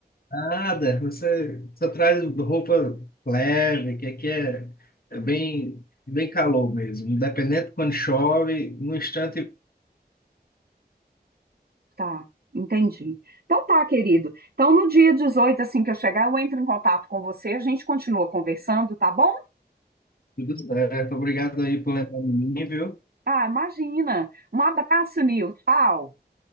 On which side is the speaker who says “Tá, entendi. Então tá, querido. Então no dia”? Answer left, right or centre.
Right